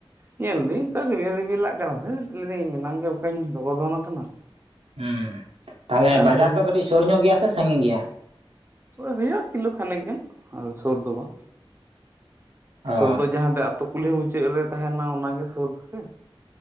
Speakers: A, on the right; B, on the right.
A: ᱧᱮᱞᱫᱟᱹᱧ ᱚᱠᱟ ᱨᱤᱵᱤ ᱨᱤᱵᱤᱞ ᱞᱟᱜ ᱠᱟᱱᱟ ᱥᱮ ᱫᱷᱟᱹᱴ ᱮᱱᱟᱝ ᱜᱮ ᱚᱱᱠᱟᱧ ᱫᱚᱜᱚ ᱫᱚᱷᱚᱱ ᱟᱠᱟᱱᱟ
B: ᱦᱩᱸ ᱛᱟᱦᱚᱞᱮ
A: ᱟᱨᱦᱚᱸ
B: ᱵᱟᱡᱟᱨ
A: ᱞᱟᱹᱭᱫᱟᱹᱧ
B: ᱫᱚ ᱠᱟᱹᱴᱤᱡ ᱥᱳᱨ ᱧᱚᱜ ᱜᱮᱭᱟ ᱥᱮ ᱥᱟᱺᱜᱤᱧ ᱜᱮᱭᱟ?
A: ᱳᱭ ᱦᱩᱭᱩᱜᱼᱟ ᱠᱤᱞᱳ ᱠᱷᱟᱱᱮᱠ ᱜᱟᱱ ᱟᱫᱚ ᱥᱩᱨ ᱫᱚ ᱵᱟᱝ,
B: ᱚ
A: ᱥᱳᱨ ᱫᱚ ᱡᱟᱦᱟᱸ ᱫᱚ ᱛᱚ ᱠᱩᱞᱦᱤ ᱢᱩᱪᱟᱹᱫ ᱨᱮ ᱛᱟᱸᱦᱮᱱᱟ ᱚᱱᱟᱜᱮ ᱥᱳᱨ ᱫᱚᱥᱮ?